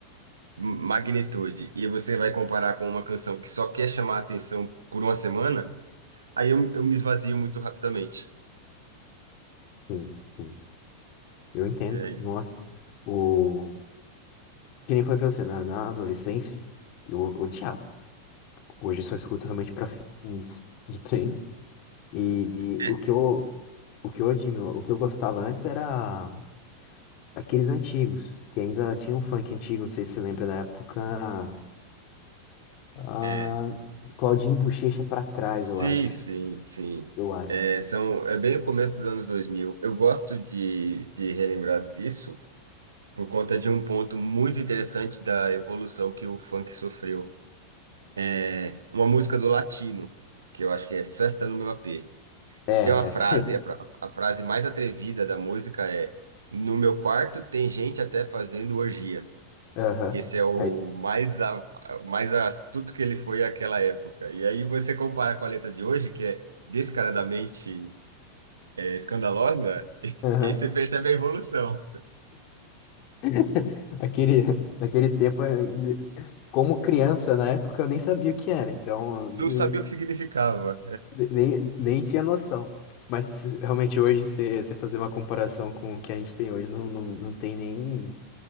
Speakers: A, on the right; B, on the left.
A: magnitude e você vai comparar com uma canção que só quer chamar a atenção por uma semana, aí eu, eu me esvazio muito rapidamente.
B: Sim, sim, eu entendo.
A: E aí?
B: Nossa, o... Que nem eu falei pra você, na, na adolescência, eu odiava. Hoje eu só escuto realmente pra fins de treino. E, e
A: É,
B: o que eu O que eu admiro, o que eu gostava antes era aqueles antigos, que ainda tinha um funk antigo, não sei se você lembra da época. ah,
A: é.
B: Claudinho e Bochecha pra trás,
A: sim,
B: eu acho.
A: sim, sim.
B: Eu acho.
A: É, são, é bem o começo dos anos dois mil Eu gosto de, de relembrar disso por conta de um ponto muito interessante da evolução que o funk sofreu. É, Uma música do Latino, que eu acho que é Festa no Meu AP.
B: É,
A: E tem uma frase,
B: é sim
A: a, pra- a frase mais atrevida da música é: No meu quarto tem gente até fazendo orgia.
B: <laughs> Aham.
A: Esse é o
B: É isso.
A: mais, a, mais astuto que ele foi àquela época. E aí você compara com a letra de hoje, que é descaradamente é, escandalosa,
B: Aham.
A: e aí você percebe a evolução.
B: <laughs> Aquele, naquele tempo, eh, ainda- como criança, na época, eu nem sabia o que era, então eu nem,
A: Não sabia o que significava.
B: nem, nem tinha noção. Mas realmente hoje, você você fazer uma comparação com o que a gente tem hoje, não, não, não tem nem.